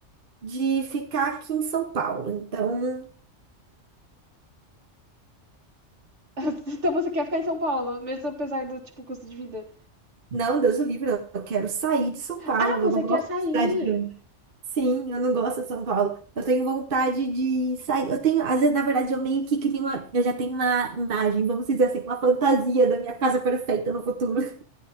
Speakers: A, on the right; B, on the right.
A: de ficar aqui em São Paulo. Então,
B: <laughs> Então você quer ficar em São Paulo, mesmo apesar do tipo custo de vida.
A: não, Deus o livre, eu quero sair de São Paulo.
B: Ah, você
A: Eu não gosto
B: quer sair
A: de cidade grande. Sim, eu não gosto de São Paulo. Eu tenho vontade de sair. Eu tenho, às vezes, na verdade, eu meio que crio uma. Eu já tenho uma imagem, vamos dizer assim, uma fantasia da minha casa perfeita no futuro.